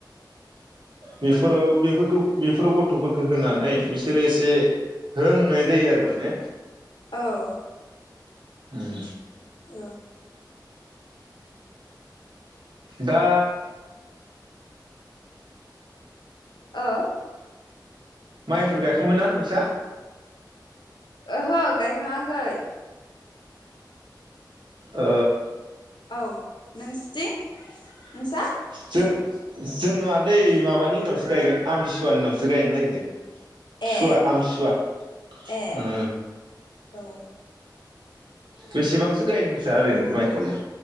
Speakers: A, on the right; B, on the left.
A: बेफोराव बेफोरखौ बेफोराव गथ'फोरखो होनानै बिसोरो एसे रोंनाय जायो आरो माने।
B: औ।
A: उम।
B: ओ
A: दा
B: ओ
A: माइफोर गायखांबायना नोंसा?
B: ओहो गायखाङाखै
A: ओ
B: औ नोंसिथिं? नोंसा
A: जों जोंहा नै माबानि उनावसो गायगोन आमथिसुवा नि उनावसो गायनो नागिरदों।
B: ए
A: सुवा आमथिसुवा
B: ए
A: उम
B: औ।
A: बेसेबांसो गाय नोंस्रा ओरैनो माइखौलाय?